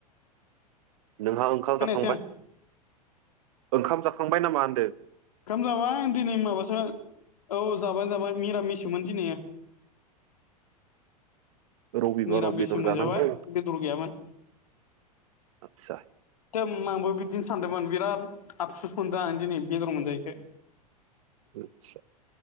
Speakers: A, on the right; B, on the left.
A: नोंहा ओंखाम
B: खोनायासै
A: जाखांबाय?
B: आं
A: ओंखाम जाखांबाय नामा होनदों?
B: खाम जाबाय दिनै माबासो औ जाबाय जाबाय मिरामिससोमोन दिनैयो।
A: रबिबाराव
B: मिरामिससो
A: बेदर
B: मोनजाबाय
A: जानांगौ
B: बेदर गैयामोन‌।
A: आदसा
B: दोम आंबो बिदिनो सानदोंमोन बिराद आफसुस मोनदों आं दिनै बेदर मोनजायैखाय।
A: आदसा